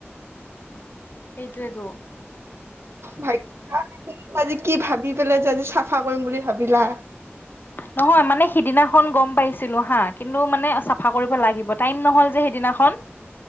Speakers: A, on the left; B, on the right.
A: এইেইটো এটো
B: ভাগ্য আজি কি ভাবি পেলাই যে আজি চাফা কৰিম বুলি ভাবিলা।
A: নহয় মানে সিদিনাখন গ'ম পাইছিলো হা কিন্তু মানে চাফা কৰিব লাগিব টাইম নহ'ল যে সেইদিনাখন। খন।